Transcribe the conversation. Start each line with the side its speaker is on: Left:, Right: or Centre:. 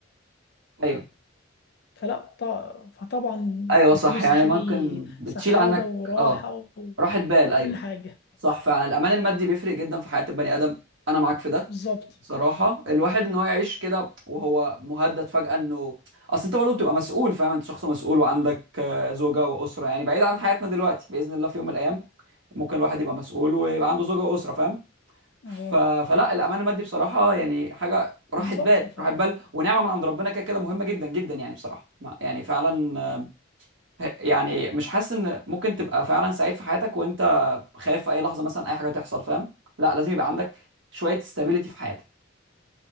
Right: ايوه
Left: فلا ط- فطبعا
Right: ايوه
Left: الفلوس
Right: صح يعني
Left: تشتري
Right: ممكن بتشيل
Left: سعادة
Right: عنك
Left: وراحة
Right: اه
Left: وكل
Right: راحة بال ايوه
Left: حاجة
Right: صح فعلا الامان المادي بيفرق جدا في حياة البني ادم انا معاك في ده
Left: بالظبط
Right: صراحة الواحد ان هو يعيش كده وهو مهدد فجأة انه اصل انت برضه بتبقى مسؤول فاهم انت شخص مسؤول وعندك آه، زوجة وأسرة يعني بعيد عن حياتنا دلوقتي بإذن الله في يوم من الأيام ممكن الواحد يبقى مسؤول ويبقى عنده زوجة وأسرة فاهم ف...
Left: اه
Right: فلا الأمان المادي بصراحة يعني حاجة راحة
Left: بالظبط
Right: بال
Left: ف
Right: راحة بال ونعمة من عند ربنا كده كده مهمة جدا جدا يعني بصراحة ما يعني فعلا آه، يعني مش حاسس ان ممكن
Left: آه،
Right: تبقى فعلا سعيد في حياتك وانت خايف في اي لحظة مثلا اي حاجة تحصل فاهم لا لازم يبقى عندك شوية استابيليتي في حياتك